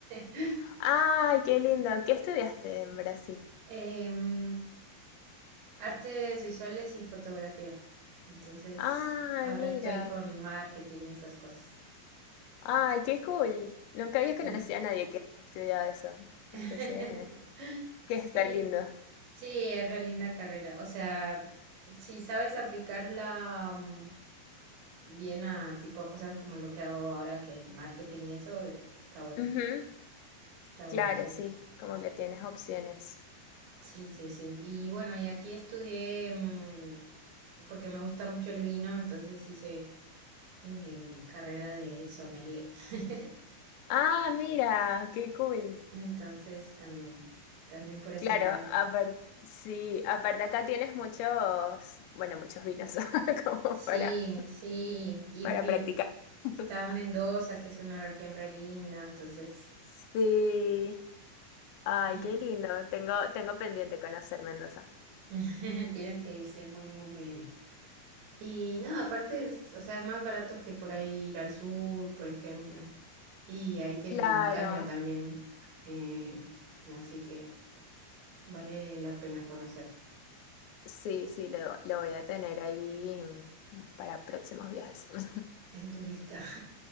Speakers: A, on the right; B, on the left.
A: <laughs>
B: Ay, qué lindo. ¿Qué estudiaste en Brasil?
A: em, artes visuales y fotografía. Entonces,
B: Ay,
A: ahora
B: mira.
A: estoy con marketing y esas cosas.
B: Ay, qué cool. Nunca
A: Sí.
B: había conocido a nadie que haya estudiado eso.
A: <laughs>
B: Empecé. Que está
A: Sí.
B: lindo.
A: Sí, es re linda carrera. O sea, si sabes aplicarla mm, bien a tipo a cosas como lo que hago ahora, que es marketing y eso, eh, está bueno.
B: Ujú,
A: Está
B: Claro,
A: bueno, sí.
B: sí, como que tienes opciones.
A: Sí, sí, sí. Y bueno, y aquí estudié mm, porque me gusta mucho el vino, entonces hice em, carrera de sommelier. <laughs>
B: Ah, mira, qué cool.
A: Entonces también, también por ese
B: Claro,
A: lado.
B: aparte, sí, aparte acá tienes muchos, bueno, muchos vinos <laughs> como
A: Sí,
B: para,
A: sí. Y
B: para
A: fui,
B: practicar. <laughs>
A: está en Mendoza, que es una región re linda, entonces.
B: Sí, ay,
A: <laughs>
B: qué lindo. Tengo, tengo pendiente conocer Mendoza.
A: <laughs> Tienes que ir, sí, es muy, muy, muy lindo. Y no, aparte es, o sea, es más barato que por ahí ir al sur, por ejemplo. Y ahí tienes
B: Claro,
A: montaña también. eh, así que vale la pena conocer
B: sí, sí, lo, lo voy a tener ahí mm, para próximos viajes. <laughs>
A: en tu lista. <laughs>